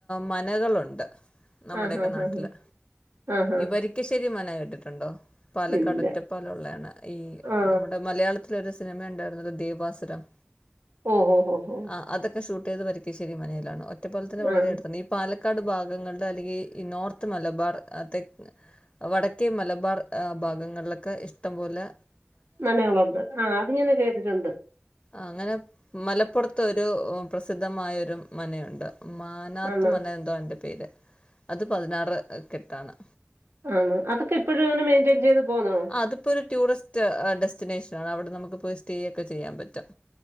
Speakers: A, on the left; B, on the right.
A: മനകളുണ്ട്. നമ്മുടെയൊക്കെ
B: ആ ഹാ ഹാ
A: നാട്ടില്
B: ഹാ ആ ഹാ
A: ഈ വരിക്കശ്ശേരി മന <unintelligible> ണ്ടിട്ടുണ്ടോ പാലക്കാട്
B: ഇല്ല
A: ഒറ്റപ്പാലം ഒള്ളയാണ് ഈ
B: ആ
A: നമ്മുടെ മലയാളത്തി ത്തിലൊരു സിനിമ എ ണ്ടാരുന്നല്ലോ ദേവാസുരം
B: ഓ ഹോ ഹോ ഹോ
A: ആഹ് അത് ത് ഷൂട്ട്‌ ചെയ്തത് വരിക്കശ്ശേരി മനയിലാണ് <unintelligible> ഒറ്റപ്പാലത്തിനു വളരെ
B: ആ
A: അടുത്താണ് ഈ പാല <unintelligible> ക്കാട് ഭാഗങ്ങളിൽ അല്ലെങ്കിൽ ഈ ഈ നോർത്ത് മലബാർ തെ വടക്കേ മലബാർ ഭാഗങ്ങളിലൊക്കെ ഇഷ് ഇഷ്ട്ടം പോലെ
B: നനകളുണ്ട് ആ് അത്ങ്ങനെ കേട്ടിട്ടുണ്ട്
A: അങ്ങനെ മലപ്പുറത്ത് ഒരു പ്രസിദ്ധമായൊരു മനയുണ്ട് മാനാത്ത്
B: ആണോ
A: മന എന്തോണ്ട്. പെയ്ത അത് പതിനാറ് കെട്ടാണ്
B: ആ അതൊക്കെഇപ്പോഴും മെയിന്റയിൻ ചെയ്ത് പോന്നോ
A: ആ അതിപ്പോ ഒരു ടൂറിസ്റ്റ് ഡെസ്റ്റിനേഷൻ അവിടെ നമുക്ക് പോയി സ്റ്റേയ ഒക്കെ ചെയ്യാൻ പറ്റാം